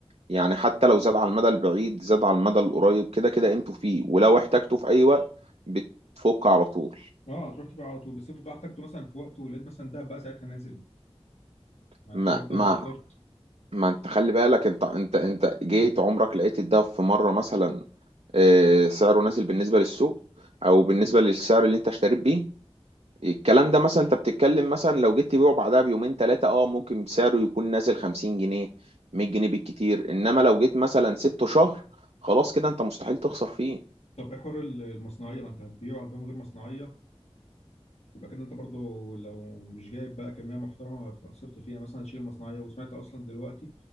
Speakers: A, on the right (about 75°); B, on the left (about 75°).
A: يعني حتى لو زاد على المدى البعيد زاد على المدى القريب كده كده قيمته فيه ولو احتاجته في اي وقت بتفك على طول
B: اه هتروح تبيع على طول بس افرض بقى احتجته مثلا في وقته ولقيت مثلا ده بقى ساعتها نازل مع
A: ما
B: كده برضه
A: ما
B: هيبقى خسرت
A: ما انت خلي بالك انت انت انت جيت عمرك لقيت الدهب في مره مثلا آه، سعره نازل بالنسبه للسوق او بالنسبه للسعر اللي انت اشتريت بيه الكلام ده مثلا انت بتتكلم مثلا لو جيت تبيعه بعدها بيومين ثلاثه اه ممكن سعره يكون نازل 50 جنيه 100 جنيه بالكتير انما لو جيت مثلا سبته شهر خلاص كده انت مستحيل تخسر فيه
B: طب ايه حوار ال- المصنعيه ما انت هتبيعه هتبيعه من غير مصنعيه يبقى كده انت برضو لو مش جايب بقى كميه محترمه هتبقى خسرت فيها مثلا هتشيل المصنعيه وسمعت اصلا دلوقتي